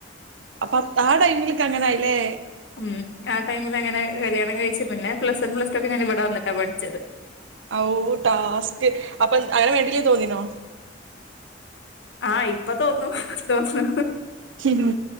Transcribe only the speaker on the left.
ഉം ആഹ് ടൈമിൽ അങ്ങന കല്യാണം കഴിച്ചു പിന്നെ പ്ലസ് വൺ പ്ലസ് ടു ഒക്കെ ഞാൻ ഇവിടെ വന്നിട്ടാ പഠിച്ചത്
ആഹ് ഇപ്പ തോന്നുന്നു തോന്നുന്നു